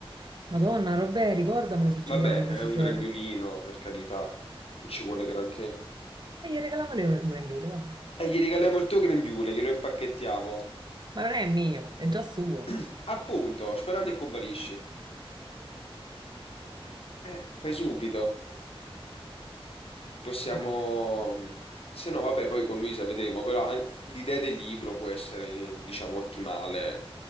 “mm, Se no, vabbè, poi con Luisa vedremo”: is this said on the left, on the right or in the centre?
Left